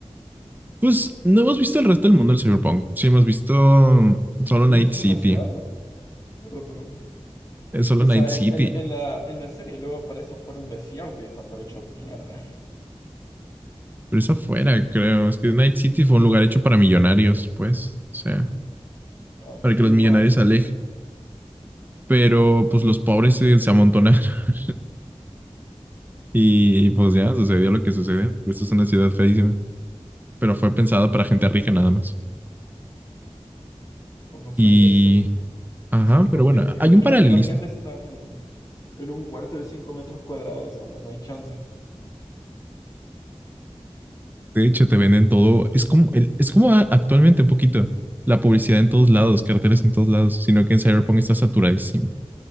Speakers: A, on the right (about 15°); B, on the left (about 35°).
A: Pues no hemos visto el resto del mundo del cyberpunk. Sí hemos visto mm, solo
B: Hemos
A: Night
B: visto
A: City,
B: la ciudad, ¿no? Pero, pero.
A: es solo
B: O
A: Night
B: sea,
A: City,
B: en, en, la, en la en la serie luego aparece afuera un desierto y está todo hecho mierda. <laughs>
A: pero es afuera, creo. Es que Night City fue un lugar hecho para millonarios, pues, o sea,
B: Ok,
A: para que
B: hay
A: los millonarios
B: más.
A: se alejen pero pues los pobres se, se amontonaron <laughs> y, pues ya sucedió lo que sucedió. Esto es una ciudad feísima, pero fue pensada para gente rica nada más.
B: O no soy
A: Y,
B: eso.
A: ajá,
B: Sí, porque
A: pero bueno,
B: imagina,
A: hay un paralelismo.
B: imagínate estar en, en un cuarto de 5 metros cuadrados donde no hay chance.
A: De hecho, te venden todo, es como, el, es como actualmente un poquito la publicidad en todos lados, carteles en todos lados, sino que en Cyberpunk está saturadísimo.